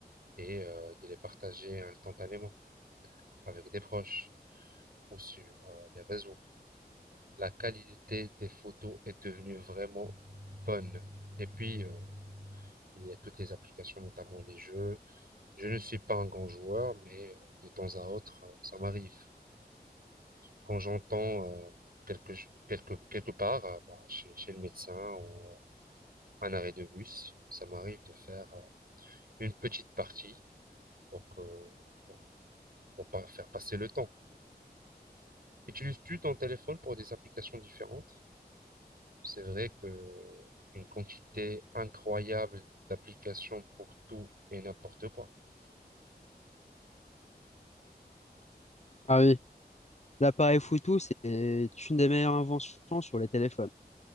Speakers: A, on the right (about 60°); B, on the left (about 40°).
A: et euh, de les partager instantanément avec des proches ou sur euh, les réseaux. La qualité des photos est devenue vraiment bonne. Et puis, euh, il y a toutes les applications, notamment les jeux. Je ne suis pas un grand joueur, mais euh, de temps à autre, euh, ça m'arrive. Quand j'entends euh, quelque, ch- quelque, quelque part, euh, bah, chez, chez le médecin ou euh, un arrêt de bus, ça m'arrive de faire euh, une petite partie pour que, pour, pour pas faire passer le temps. Utilises-tu ton téléphone pour des applications différentes? C'est vrai que une quantité incroyable d'applications pour tout et n'importe quoi.
B: Ah oui, l'appareil photo, c'est une des meilleures inventions sur les téléphones.